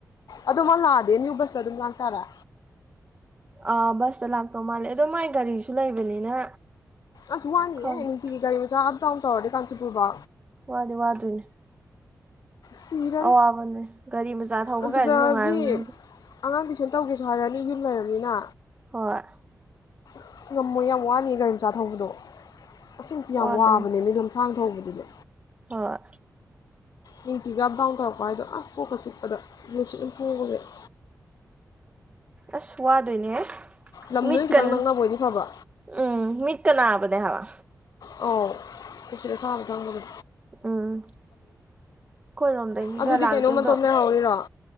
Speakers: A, on the left; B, on the right.
A: ꯑꯗꯨꯝ ꯂꯥꯛꯑꯗꯦ ꯃꯤꯏ ꯕꯁꯇ ꯑꯗꯨꯝ ꯂꯥꯛ ꯇꯔꯥ
B: ꯑ ꯕꯁꯇ ꯂꯥꯛꯇꯧ ꯃꯥꯜꯂꯦ ꯑꯗꯣ ꯃꯥꯏ ꯒꯥꯔꯤꯁꯨ ꯂꯩꯕꯅꯤꯅ
A: ꯑꯁ ꯋꯥꯍꯅꯤꯦ
B: ꯈꯪꯗꯦ
A: ꯏꯇꯒꯤ ꯒꯥꯔꯤ ꯃ ꯆ ꯀ ꯇꯥꯎ ꯇꯧꯔꯦ ꯀꯥꯟꯆꯤꯄꯨꯔꯕ
B: ꯋꯥꯗꯤ ꯋꯥꯗꯣꯏꯅꯦ
A: ꯁꯤ ꯏꯔꯝ
B: ꯑꯋꯥꯕꯅꯦ ꯒꯥꯔꯤ ꯃꯆꯥ ꯊꯧꯕ
A: ꯑꯗꯨꯗꯒꯤ
B: ꯀꯥꯏꯁꯦ ꯅꯨꯡꯉꯥꯏꯕ ꯅꯠꯇꯦ
A: ꯑꯉꯥꯡ ꯀꯩꯁꯟ ꯇꯧꯒꯦꯁꯨ ꯍꯥꯏꯔꯅꯤ ꯌꯨꯝ ꯂꯩꯔꯅꯤꯅ
B: ꯍꯣꯏ
A: ꯑꯁ ꯉꯝꯃꯣ ꯌꯥꯝ ꯋꯥꯅꯤ ꯒꯥꯔꯤ ꯃꯆꯥ ꯊꯧꯕꯗꯣ ꯃꯁꯤꯡꯁꯤꯡꯁꯨ
B: ꯋꯥꯗꯣꯏꯅꯤ
A: ꯌꯥꯝ ꯋꯥꯕꯅꯦꯅꯦ ꯂꯝꯁꯥꯡ ꯇꯕꯗ
B: ꯍꯣꯏ
A: ꯍꯀꯤ ꯀꯗꯨ ꯀ ꯎꯚꯥꯏꯗꯣ ꯑꯁ ꯄꯣꯛꯀ ꯆꯤꯛꯄꯗ ꯅꯨꯡꯁꯤꯠ ꯑꯗꯨꯝ ꯊꯣꯡꯕꯁꯦ
B: ꯑꯁ ꯋꯥꯗꯣꯏꯅꯦ
A: ꯂꯝ
B: ꯃꯤꯇꯟ
A: ꯅꯣꯏ ꯈꯤꯇꯪ ꯅꯛꯅꯕ ꯑꯣꯏꯗꯤꯐꯕ
B: ꯎꯝ ꯃꯤ ꯀꯅꯥꯄꯗ ꯍꯥꯋꯥ
A: ꯑꯣ ꯏꯆꯂ ꯁꯅ ꯊꯪꯒꯗ
B: ꯎꯝ ꯑꯩꯈꯣꯏꯔꯣꯝꯗꯒꯤꯒ
A: ꯑꯗꯨꯗꯤ
B: ꯂꯥꯛꯇꯣꯏꯗꯣ
A: ꯀꯩꯅꯣ ꯃꯇꯣꯝ ꯂꯩꯍꯧꯔꯤꯔꯣ